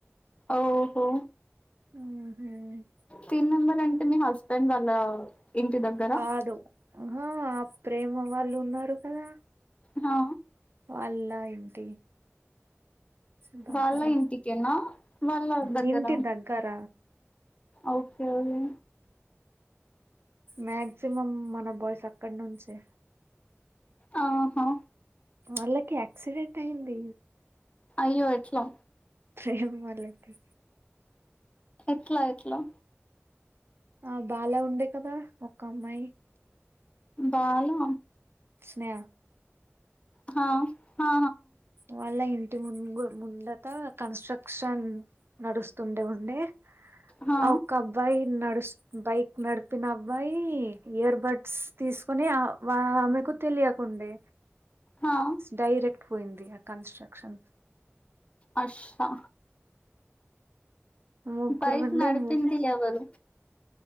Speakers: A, on the left (about 25°); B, on the right (about 60°).
A: ఓహో
B: ఉహు
A: తన్ నంబర్ అంటే మీ హస్బెండ్ వాళ్ళ ఇంటి దగ్గర
B: కాదు ఆ ప్రేమ వాళ్ళు ఉన్నారు కదా
A: హా
B: వాళ్ళా ఏంటి ఏపాంకార
A: వాళ్ళ ఇంటికేనా వాళ్ళ దగ్గర
B: నింత దగ్గార
A: ఓకే ఓకే
B: మ్యాక్సిమం మన బాయ్స్ అక్కడ నుంచే
A: ఆహా
B: వాళ్ళకి యాక్సిడెంట్ అయింది
A: అయ్యో ఎట్లో
B: ప్రేమ్ వాలకి
A: ఎట్లా ఎట్లా
B: ఆ బాల ఉండే కదా ఒక అమ్మాయి
A: బాల
B: అన్నయ
A: హా హా
B: వాళ్ళ ఇంటి ముందు ముందత కన్స్ట్రక్షన్ నడుస్తుండే ఉండి
A: హా
B: ఆ ఒక్క అబ్బాయి నడుస్ బైక్ నడిపిన అబ్బాయి ఇయర్ బడ్స్ తీసుకుని ఆమెకు తెలియకుండే
A: హా
B: డైరెక్ట్ పోయింది కన్స్ట్రక్క్షన్
A: అచ్చా
B: ముగ్గురు
A: బైక్
B: ఉండే
A: నడిపింది
B: ము
A: ఎవరు